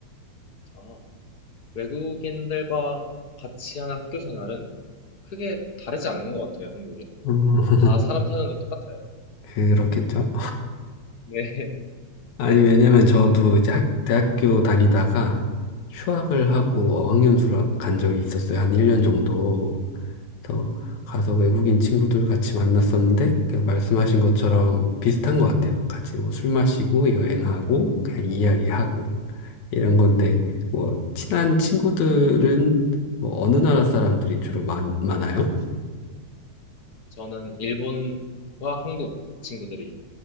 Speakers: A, on the left; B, on the left.
A: 하니까 외국인들과 같이 하는 학교 생활은 크게 다르지 않는 것 같아요, 한국이랑.
B: 음, <laughs>
A: 다 사람 사는 거 똑같아요.
B: 그렇겠죠.
A: 네. <laughs>
B: 아니 왜냐면 저도 이제 학, 대학교 다니다가 휴학을 하고 어학연수를 간 적이 있었어요. 한 1년 정도. 그래서 가서 외국인 친구들 같이 만났었는데 그냥 말씀하신 것처럼 비슷한 것 같아요. 같이 뭐 술 마시고 여행하고 그냥 이야기하고 이런 건데, 뭐, 친한 친구들은 뭐 어느 나라 사람들이 주로 많, 많아요?
A: 저는 일본과 한국 친구들이